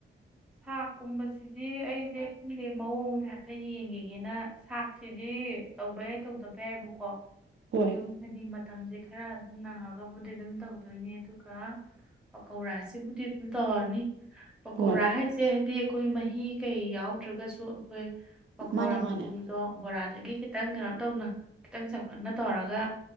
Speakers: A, in the centre; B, on the right.
A: ꯁꯥꯛꯀꯨꯝꯕꯁꯤꯗꯤ ꯑꯩꯁꯦ ꯈꯪꯗꯦ ꯃꯑꯣꯡꯁꯦ ꯍꯐꯠ ꯌꯦꯡꯒꯒꯦꯅ ꯁꯥꯛꯁꯤꯗꯤ ꯇꯧꯕ ꯌꯥꯏ ꯇꯧꯗꯕ ꯌꯥꯏꯕꯀꯣ
B: ꯍꯣꯏ
A: ꯑꯗꯨꯝ ꯍꯥꯏꯗꯤ ꯃꯇꯝꯁꯦ ꯈꯔ ꯑꯗꯨꯝ ꯅꯪꯉꯒꯕꯨꯗꯤ ꯑꯗꯨꯝ ꯇꯧꯗꯣꯏꯅꯦ ꯑꯗꯨꯒ ꯄꯀꯧꯔꯥꯁꯤꯕꯨꯗꯤ ꯑꯗꯨꯝ ꯇꯧꯍꯔꯅꯤ ꯄꯀꯧꯔꯥ
B: ꯍꯣꯏ
A: ꯍꯥꯏ ꯁꯦ ꯍꯥꯏꯗꯤ ꯑꯩꯈꯣꯏ ꯃꯍꯤ ꯀꯩ ꯌꯥꯎꯗ꯭ꯔꯒꯁꯨ ꯑꯩꯈꯣꯏ ꯄꯀꯧ
B: ꯃꯥꯅꯦ
A: ꯔꯥ
B: ꯃꯥꯅꯦ
A: ꯃꯜꯗꯣ ꯕꯣꯔꯥꯗꯒꯤ ꯈꯤ ꯈꯤꯇꯪ ꯀꯩꯅꯣ ꯇꯧꯅ ꯈꯤꯇꯪ ꯆꯥꯎꯈꯠꯅ ꯇꯧꯔꯒ